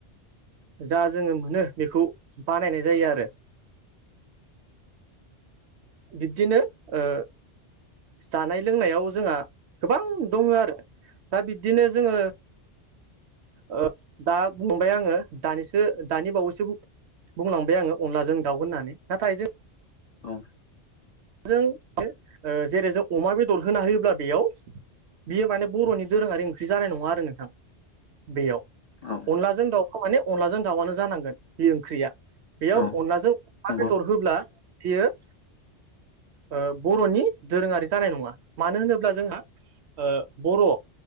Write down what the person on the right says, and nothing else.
जा जोङो मोनो बेखौ बानायनाय जायो आरो बिब्दिनो ओ जानाय लोंनायाव जोंहा गोबां दङो आरो दा बिब्दिनो जोङो ओ दा बुंबाय आङो दानिसो दानि बावैसो बु बुंलांबाय आङो अनलाजों दाउ होननानै नाथाय जों
जों <unintelligible> जेरै जों अमा बेदर होना होयोब्ला बेयाव बियो माने बर'नि दोरोङारि ओंख्रि जानाय नङा आरो नोंथां बेयाव
अनलाजों दाउखौ माने अनलाजों दाउआनो जानांगोन बे ओंख्रिया बेयाव
अनलाजों अमा
बेदर
होब्ला बियो ओ बर'नि दोरोङारि जानाय नङा मानो होनोब्ला जोंहा ओ बर'